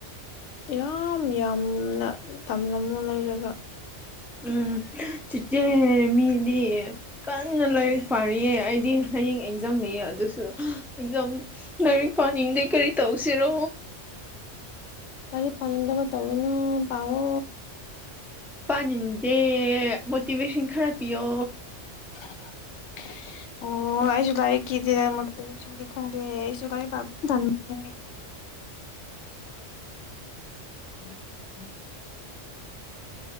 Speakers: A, on the left; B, in the centre.
A: ꯌꯥꯝ ꯌꯥꯝꯅ ꯇꯝꯂꯝꯃꯨ ꯂꯩꯔꯒ
B: ꯎꯝ ꯆꯤꯆꯦ ꯃꯤꯗꯤ ꯀꯟꯅ ꯂꯥꯏꯔꯤꯛ ꯄꯥꯔꯤꯌꯦ ꯑꯩꯗꯤ ꯍꯌꯦꯡ ꯑꯦꯛꯖꯥꯝ ꯌꯥꯝꯅ ꯑꯗꯨꯁꯨ ꯑꯦꯛꯖꯥꯝ ꯉꯔꯤ ꯄꯥꯅꯤꯡꯗ ꯀꯔꯤ ꯇꯧꯁꯤꯔꯣ
A: <inaudible> ꯄꯅꯗꯕ ꯇꯧꯒꯅꯣ ꯄꯕꯣ
B: ꯄꯥꯅꯗꯦ ꯃꯣꯇꯤꯚꯦꯁꯟ ꯈꯔ ꯄꯤꯌꯣ
A: ꯑꯣ ꯑꯣꯁꯨ ꯇꯥꯏꯦꯗꯤꯣꯚꯦꯟꯗꯦꯁꯨꯥꯏ ꯎꯝ ꯎ